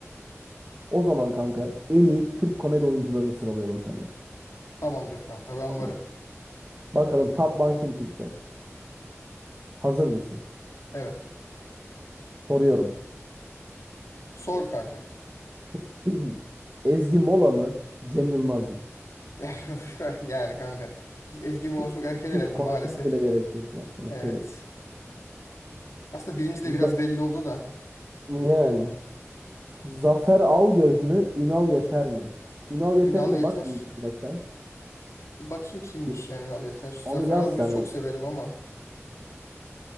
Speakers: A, on the right (about 40°); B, on the left (about 80°).
A: O zaman kanka en iyi Türk komedi oyuncularını sıralayalım senden.
B: Tamamdır kanka ben
A: Tamam
B: varım.
A: mı? Bakalım top one kim çıkacak? Hazır mısın?
B: Evet.
A: Soruyorum.
B: Sor kanka.
A: <clears throat> Ezgi Mola mı? Cem Yılmaz mı?
B: <laughs> Yani kanka. Ezgi Mola
A: Ge-
B: çok erken elendi
A: Hiç konuşmaya
B: maalesef.
A: bile gerek yok yani. Konuşmaya
B: Evet.
A: bile.
B: Aslında birinci de
A: Z-
B: biraz belli oldu da.
A: yani. Zafer Algöz mü? Ünal Yeter mi? Ünal Yeter'e
B: Ünal
A: de
B: Yeter.
A: bak bir internetten.
B: Bir bakayım kimmiş
A: Ye-
B: yani Ünal Yeter.
A: Onu
B: Zafer
A: yaz
B: Algöz'ü
A: sen.
B: çok severim ama.